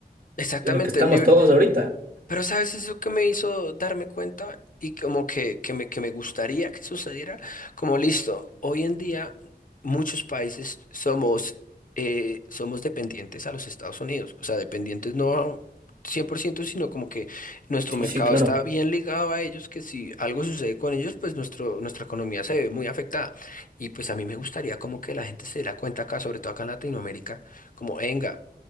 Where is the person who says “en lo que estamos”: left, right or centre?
Right